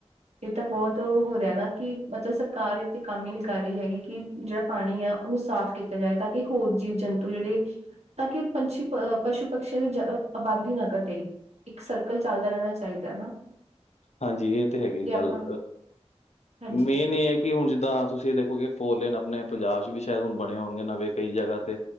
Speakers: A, on the right; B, on the left.
A: ਇਹ ਤਾਂ ਬਹੁਤ ਉਹ ਹੋ ਰਿਹਾ ਨਾ ਕਿ ਮਤਲਬ ਸਰਕਾਰ ਇੱਥੇ ਕੰਮ ਹੀ ਨਹੀਂ ਕਰ ਰਹੀ ਹੈਗੀ ਕਿ ਜਿਹੜਾ ਪਾਣੀ ਆ ਉਹਨੂੰ ਸਾਫ਼ ਕੀਤਾ ਜਾਏ ਤਾਂ ਕਿ ਹੋਰ ਜੀਵ ਜੰਤੂ ਜਿਹੜੇ ਤਾਂ ਕਿ ਪੰਛੀ ਪਸ਼ੂ ਪਕਸ਼ੀਆਂ ਦੀ ਆਬਾਦੀ ਨਾ ਘਟੇ ਇੱਕ ਸਰਕਲ ਚੱਲਦਾ ਰਹਿਣਾ ਚਾਹੀਦਾ ਨਾ
B: ਹਾਂਜੀ ਇਹ ਤੇ ਹੈਗੀ
A: ਜੇ ਆਪਾਂ
B: ਗੱਲ
A: ਹਾਂਜੀ
B: ਮੇਨ ਇਹ ਹੈ। ਕਿ ਹੁਣ ਜਿੱਦਾਂ ਤੁਸੀਂ ਇਹ ਦੇਖੋ ਕਿ ਫੋਰਲੇਨ ਆਪਣੇ ਪੰਜਾਬ ਚ ਵੀ ਸ਼ਾਇਦ ਹੁਣ ਬਣੇ ਹੋਣਗੇ ਨਵੇਂ ਕਈ ਜਗ੍ਹਾ ਤੇ